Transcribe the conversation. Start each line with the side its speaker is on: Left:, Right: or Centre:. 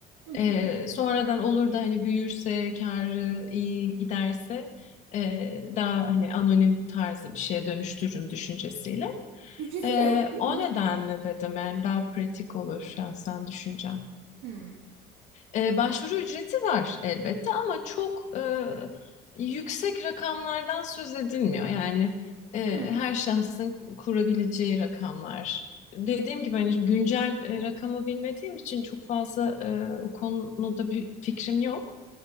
Right: Hı hı.
Left: E, sonradan olur da hani büyürse, karı iyi giderse e, daha hani anonim tarzı bir şeye dönüştürürüm düşüncesiyle.
Right: Ücreti
Left: E,
Right: de yok değil
Left: o
Right: mi?
Left: nedenle dedim yani daha pratik olur şahsen düşüncem.
Right: Hı.
Left: E, başvuru ücreti var elbette ama çok e, yüksek rakamlardan söz edilmiyor. Yani e,
Right: Hı.
Left: her şahsın kurabileceği rakamlar. Dediğim gibi hani güncel e, rakamı bilmediğim için çok fazla e, o konuda bir fikrim yok.